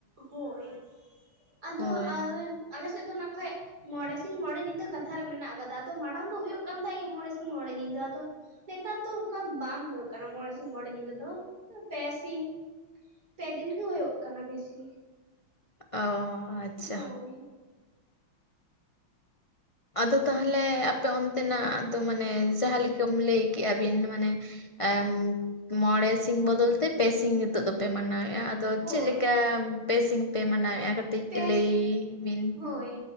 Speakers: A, on the right; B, on the left.
A: ᱦᱳᱭ ᱟᱫᱚ
B: ᱦᱳᱭ
A: ᱟᱞᱮ ᱥᱮᱫ ᱫᱚ ᱱᱟᱜ ᱠᱷᱟᱱᱡ ᱢᱚᱬᱮ ᱥᱤᱧ ᱢᱚᱬᱮ ᱧᱤᱫᱟᱹ ᱠᱟᱛᱷᱟ ᱨᱮ ᱢᱮᱱᱟᱜ ᱠᱟᱫᱟ᱾ ᱟᱫᱚ ᱢᱟᱲᱟᱝ ᱫᱚ ᱦᱳᱭᱳᱜ ᱠᱟᱱ ᱛᱟᱦᱮᱸ ᱜᱮ ᱢᱚᱬᱮ ᱥᱤᱧ ᱢᱚᱬᱮ ᱧᱤᱫᱟᱹ ᱟᱫᱚ ᱱᱮᱛᱟᱨ ᱫᱚ ᱚᱱᱠᱟ ᱵᱟᱝ ᱦᱳᱭᱳᱜ ᱠᱟᱱᱟ, ᱢᱚᱬᱮ ᱥᱤᱧ ᱢᱚᱬᱮ ᱧᱤᱫᱟᱹ ᱫᱚ᱾ ᱯᱮ ᱥᱤᱧ ᱯᱮ ᱫᱤᱱ ᱜᱮ ᱦᱩᱭᱩᱜ ᱠᱟᱱᱟ ᱵᱮᱥᱤ
B: ᱚ ᱟᱪᱪᱷᱟ
A: ᱦᱳᱭ
B: ᱟᱫᱚ ᱛᱟᱦᱚᱞᱮ ᱟᱯᱮ ᱚᱱᱛᱮᱱᱟᱜ ᱥᱫᱚ ᱢᱟᱱᱮ ᱡᱟᱦᱟᱸ ᱞᱮᱠᱟᱢ ᱞᱟᱹᱭ ᱠᱮᱜᱼᱟ ᱵᱤᱱ ᱢᱟᱱᱮ ᱮ ᱢᱚᱬᱮ ᱥᱤᱧ ᱵᱚᱫᱚᱞ ᱛᱮ ᱯᱮ ᱥᱤᱧ ᱱᱤᱛᱚᱜ ᱫᱚᱯᱮ ᱢᱟᱱᱟᱣ ᱮᱫ-ᱟ ᱟᱫᱚ
A: ᱦᱳᱭ
B: ᱪᱮᱫ ᱞᱮᱠᱟ ᱯᱮ ᱥᱤᱧ ᱯᱮ ᱢᱟᱱᱟᱣᱮᱫᱼᱟ ᱠᱟᱹᱴᱤᱡ
A: ᱯᱮ
B: ᱞᱟᱹᱭ ᱵᱤᱱ
A: ᱦᱳᱭ